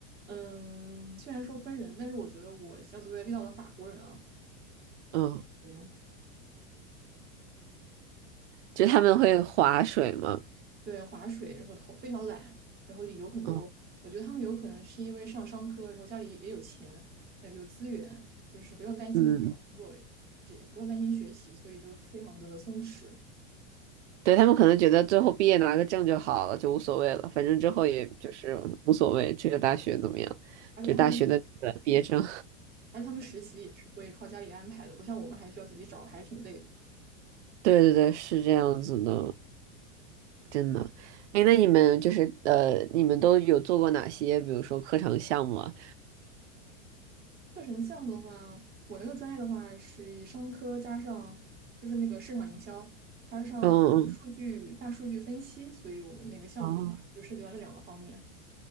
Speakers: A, on the right; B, on the right.
A: 嗯，虽然说分人，但是我觉得我小组作业遇到的法国人啊，
B: 嗯，
A: 嗯，
B: 就是他们会划水吗？
A: 对，划水，然后头非常懒，然后理由很多。
B: 嗯
A: 我觉得他们有可能是因为上商科，然后家里也有钱，对，有资源，就是不用担心以后找工作，
B: 嗯，
A: 也不用担心学习，所以就非常的松弛。
B: 对，他们可能觉得最后毕业拿个证就好了，就无所谓了，反正之后也就是无所谓这个大学怎么样，
A: 嗯，而且他们，
B: 就大学的那个毕业证。
A: 而且他们实习也是会靠家里安排的，不像我们还需要自己找，还是挺累的。
B: 对对对，是这样子的，真的。哎，那你们就是呃，你们都有做过哪些，比如说课程项目啊？
A: 课程项目的话，我那个专业的话是以商科加上就是那个市场营销加上数据大数据分析，
B: 嗯嗯，
A: 所以我们那个项目的话就涉及到这两个方面。
B: 哦